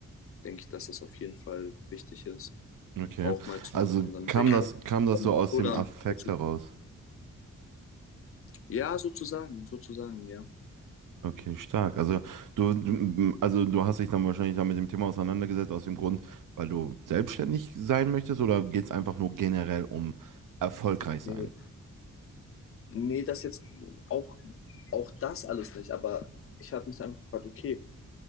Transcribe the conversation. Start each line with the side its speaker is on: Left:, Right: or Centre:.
Left: denke ich, dass das auf jeden Fall wichtig ist,
Right: Okay.
Left: auch mal zu
Right: Also
Left: machen. Und dann
Right: kam
Left: bin ich
Right: das,
Left: halt
Right: kam das
Left: damit-
Right: so aus
Left: oder
Right: dem Affekt
Left: dazu.
Right: heraus?
Left: Ja, sozusagen, sozusagen, ja.
Right: Okay, stark. Also du, du- also du hast dich dann wahrscheinlich dann mit dem Thema auseinandergesetzt aus dem Grund, weil du selbstständig sein möchtest oder geht es einfach nur generell um erfolgreich
Left: Nee.
Right: sein?
Left: Nee, das jetzt auch, auch das alles nicht, aber ich habe mich einfach gefragt, okay,